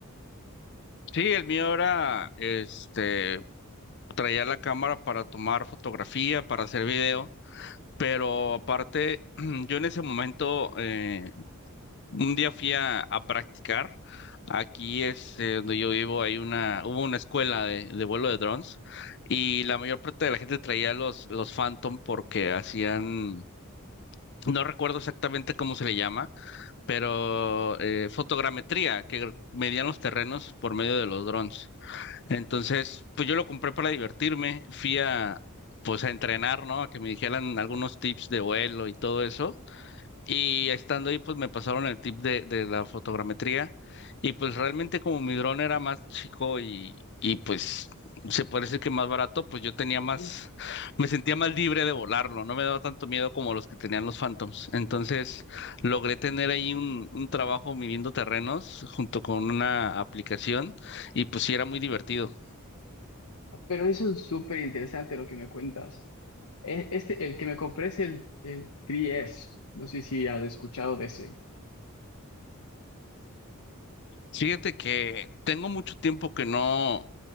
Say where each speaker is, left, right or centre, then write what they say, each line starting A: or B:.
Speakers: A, on the left (about 50°); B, on the left (about 80°).
A: Sí, el mío era, este, traía la cámara para tomar fotografía, para hacer video Pero aparte, <clears throat> yo en ese momento, eh, un día fui a, a practicar. Aquí es eh, donde yo vivo, hay una, hubo una escuela de, de vuelo de drones y la mayor parte de la gente traía los, los Phantom porque hacían, no recuerdo exactamente cómo se le llama, pero eh, fotogrametría, que medían los terrenos por medio de los drones. Entonces, pues yo lo compré para divertirme, fui a, pues a entrenar, ¿no? A que me dijeran algunos tips de vuelo y todo eso. Y estando ahí, pues me pasaron el tip de, de la fotogrametría. Y pues realmente como mi dron era más chico y, y pues se puede decir que más barato, pues yo tenía más,
B: Mm,
A: me sentía más libre de volarlo. No me daba tanto miedo como los que tenían los Phantoms. Entonces logré tener ahí un, un trabajo midiendo terrenos junto con una aplicación y pues sí era muy divertido.
B: Pero eso es súper interesante lo que me cuentas. E- Este, el que me compré es el, el 3S. No sé si has escuchado de ese.
A: Fíjate que tengo mucho tiempo que no,